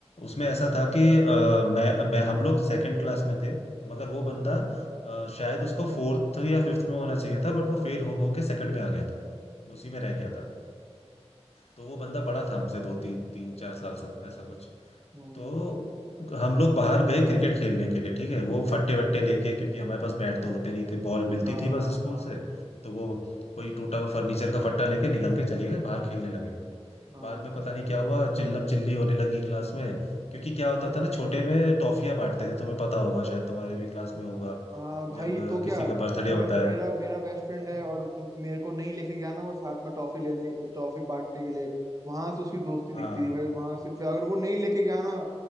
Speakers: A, on the left; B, on the right.
A: उसमें
B: हम्म
A: ऐसा था कि अ, मैं मैं हम लोग सेकंड क्लास में थे मगर वो बंदा अ, शायद उसको फोर्थ या फिफ्थ में होना चाहिए था बट वो फेल हो हो के सेकंड में आ गया था उसी में रह गया था तो वो बंदा बड़ा था हमसे दो तीन तीन चार साल से ऐसा कुछ
B: हम्म,
A: तो हम लोग बाहर गए क्रिकेट खेलने के लिए ठीक है वो फट्टे वट्टे लेके क्योंकि हमारे पास बैट तो होते नहीं थे बॉल मिलती
B: हाँ
A: थी बस
B: हाँ
A: स्कूल
B: हाँ
A: से तो वो कोई टूटा हुआ फर्नीचर का फट्टा लेके निकल के चले गए बाहर खेलने लगे
B: हाँ
A: बाद में पता नहीं क्या हुआ चिल्लम चिल्ली होने लगी क्लास में क्योंकि क्या होता था ना छोटे में टॉफियां बांटते थे तुम्हें पता होगा शायद तुम्हारे भी क्लास में होगा
B: हाँ भाई
A: जब
B: तो क्या
A: किसी का बर्थडे
B: अगर
A: होता
B: मेरा
A: है
B: मेरा बेस्ट फ्रेंड है और
A: <laughs>
B: मेरे को नहीं लेके गया ना वो साथ में टॉफी लेने टॉफी बांटने के लिए वहां से उसकी दोस्ती दिखती
A: हाँ
B: थी भाई वहां से फिर अगर वो नहीं लेके गया ना